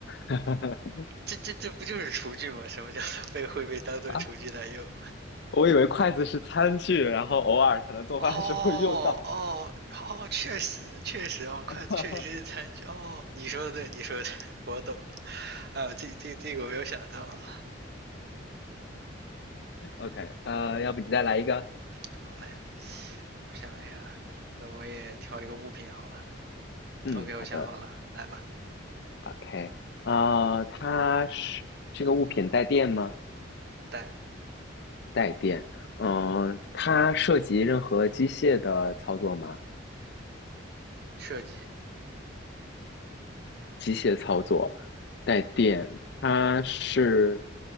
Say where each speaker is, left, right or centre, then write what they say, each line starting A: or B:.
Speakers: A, on the left (about 55°); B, on the right (about 55°).
A: <laughs>
B: 这这这不就是厨具吗？什么叫做被会被当做厨具来用？
A: 啊，我以为筷子是餐具，然后偶尔可能做饭的时候会用到。
B: 哦哦哦，确实确实哦，筷子确实是餐具哦。
A: <laughs>
B: 你说的对，你说的对，我懂了。啊，这这这个我没有想到。
A: OK，呃，要不你再来一个？
B: 好嘞，我想一下，那我也挑一个物品好了。
A: 嗯，
B: OK，
A: 好的。
B: 我想好了，来吧。
A: OK，呃，它是这个物品带电吗？
B: 带
A: 带电。嗯、它涉及任何机械的操作吗？
B: 设计
A: 机械操作，带电。它是，